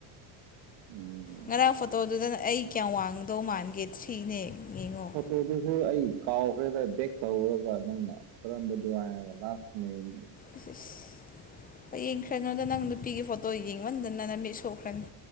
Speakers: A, on the right; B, on the left.
A: ꯎꯝ
B: ꯉꯔꯥꯡ ꯐꯣꯇꯣꯗꯨꯗꯅ ꯑꯩ ꯀꯌꯥꯝ ꯋꯥꯡꯗꯧ ꯃꯥꯟꯒꯦ ꯊꯥꯔꯤꯅꯦ ꯌꯦꯡꯉꯣ
A: ꯐꫭꯇꫭꯗꯨꯁꯨ ꯑꯩ ꯀꯥꯎꯈ꯭ꯔꯦꯗ ꯕꯦꯛ ꯇꯧꯔꯒ ꯅꯪꯅ ꯀꯔꯝꯝꯕꯗꯨ ꯍꯥꯏꯔ ꯂꯥꯞꯅꯦꯛ
B: ꯑꯁ ꯑꯁ ꯍꯌꯦꯡꯈ꯭ꯔꯅꯣꯗ ꯅꯪ ꯅꯨꯄꯤꯒꯤ ꯐꯣꯇꯣ ꯌꯦꯡꯃꯟꯗꯅ ꯅꯪ ꯅꯃꯤꯠ ꯁꯣꯛꯈ꯭ꯔꯅꯤ